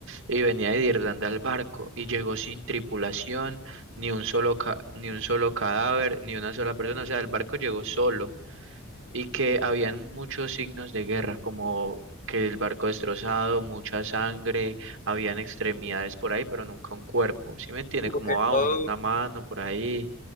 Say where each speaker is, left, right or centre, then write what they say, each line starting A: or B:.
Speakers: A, on the right; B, on the left.
A: y venía de Irlanda el barco y llegó sin tripulación, ni un solo, ca- ni un solo cadáver, ni una sola persona. O sea, el barco llegó solo y que habían muchos signos de guerra, como que el barco destrozado, mucha sangre, habían extremidades por ahí, pero nunca un cuerpo, ¿sí me entiende?
B: como
A: Como
B: que
A: ah,
B: todo
A: una mano por ahí,